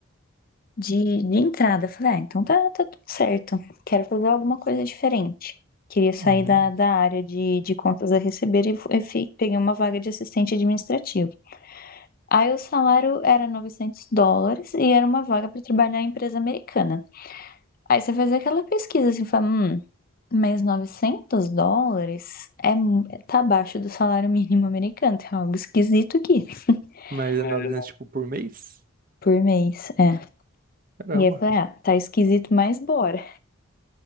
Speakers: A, on the left; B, on the right.
A: de, de entrada. Eu Falei, ah, então tá, tá tudo certo. Quero fazer alguma coisa diferente. Queria sair
B: uhum.
A: da, da área de, de contas a receber e, fu- e fi- peguei uma vaga de assistente administrativo. Aí o salário era 900 dólares e era uma vaga para trabalhar em empresa americana. Aí você faz aquela pesquisa assim, fala, hum, mas 900 dólares é, mu- tá abaixo do salário mínimo americano. Tem algo esquisito aqui.
B: Mas é
A: né?
B: 900, tipo, por mês?
A: Por mês, é.
B: Caramba.
A: E aí eu falei, ah, tá esquisito, mas bora.